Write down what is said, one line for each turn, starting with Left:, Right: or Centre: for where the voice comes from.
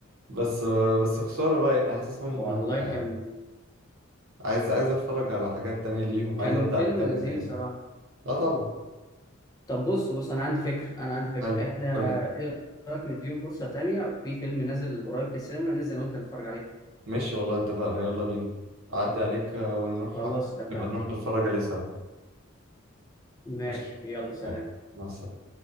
Right: بس بس خسارة بقى يعني حاسسهم
Left: والله
Right: لا.
Left: كان
Right: عايز عايز اتفرج على حاجات تانية ليهم
Left: كان
Right: عايز ابدأ
Left: فيلم
Right: اهتم
Left: لذيذ
Right: تاني
Left: صراحه
Right: اه طبعا
Left: طب بص بص انا عندي فكره انا عندي فكره
Right: حلو
Left: احنا
Right: قولي
Left: ايه رايك نديهم فرصه تانية في فيلم نازل قريب في السينما ننزل انا وانت نتفرج عليه
Right: ماشي والله اتفقنا يلا بينا اعدي عليك آه، ونروح
Left: خلاص اتفقنا
Right: نبقى نروح نتفرج عليه سوا
Left: ماشي
Right: ماشي
Left: يلا سلام
Right: مع السلامة